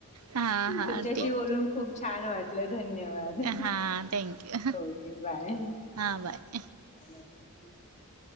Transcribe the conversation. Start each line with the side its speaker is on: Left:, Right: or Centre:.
Right: हा हा
Left: तुमच्याशी
Right: ठीक
Left: बोलून खूप छान वाटलं धन्यवाद.
Right: हा थँक्यू
Left: ओके बाय.
Right: हा बाय.
Left: <inaudible>